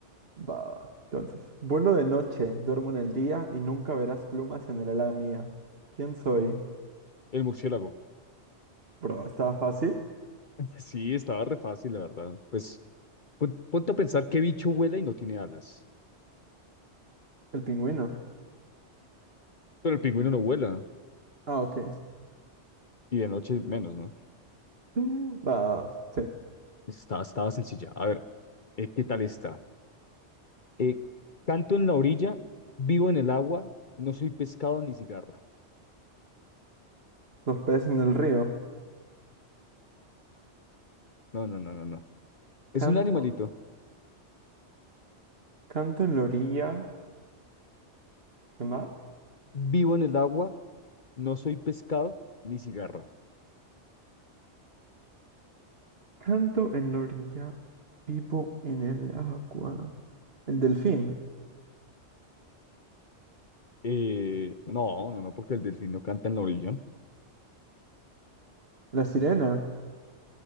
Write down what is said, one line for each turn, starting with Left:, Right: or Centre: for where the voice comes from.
Right: Va, va. Entonces, vuelo de noche, duermo en el día y nunca verás plumas en el ala mía. ¿Quién soy?
Left: El murciélago.
Right: Bro, ¿estaba fácil?
Left: <laughs> Sí, estaba re fácil, la verdad. Pues pon- ponte a pensar qué bicho vuela y no tiene alas.
Right: El pingüino.
Left: Pero el pingüino no vuela
Right: Ah, ok.
Left: y de noche menos, ¿no?
Right: <laughs> Va, va, sí.
Left: Pues Estaba, estaba sencilla. A ver, eh, ¿qué tal está? Eh, canto en la orilla, vivo en el agua, no soy pescado ni cigarra.
Right: Los peces en el río.
Left: No, no, no, no, no. Es
Right: Canto,
Left: un animalito.
Right: canto en la orilla. ¿Qué más?
Left: Vivo en el agua, no soy pescado ni cigarra.
Right: Canto en la orilla, vivo en el agua. El delfín,
Left: Eh, no, no, no, porque el delfín no canta en la orilla.
Right: la sirena,